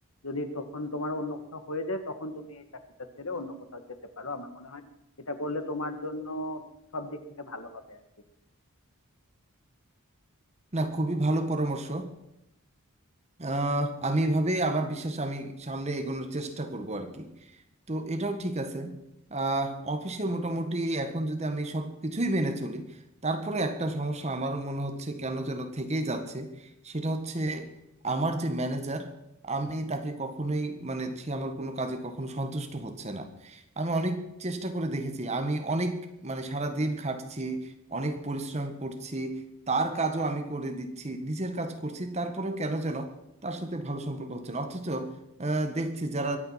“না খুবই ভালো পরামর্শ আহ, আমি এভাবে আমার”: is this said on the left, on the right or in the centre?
Right